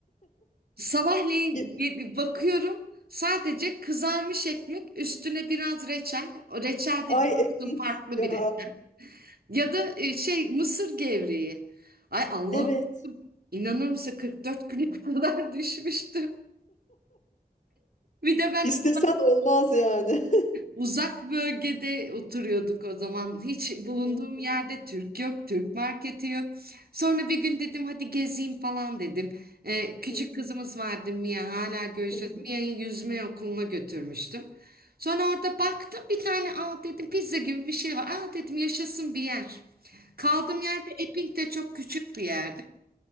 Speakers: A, on the right; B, on the left.
A: Sabahleyin
B: Ye-
A: ge- bakıyorum sadece kızarmış ekmek üstüne biraz reçel. O reçel
B: Ay
A: de bir
B: evet
A: kızın farklı
B: ya.
A: biri. Ya da e, şey mısır gevreği. Ay Allah'ım
B: Evet.
A: inanır mısın 44 güne <laughs> kadar düşmüştüm. Bir de ben
B: İstesen olmaz yani. <laughs>
A: Uzak bölgede oturuyorduk o zaman. Hiç bulunduğum
B: Hı hı,
A: yerde Türk yok, Türk marketi yok. Sonra bir gün dedim hadi gezeyim falan dedim. Ee, küçük
B: hı
A: kızımız
B: hı,
A: vardı Mia hala görüşüyoruz.
B: hı hı,
A: Mia'yı yüzme okuluna götürmüştüm. Sonra orada baktım bir tane aa dedim pizza gibi bir şey var. Aa dedim yaşasın bir yer. Kaldığım yerde Epping'de çok küçük bir yerde.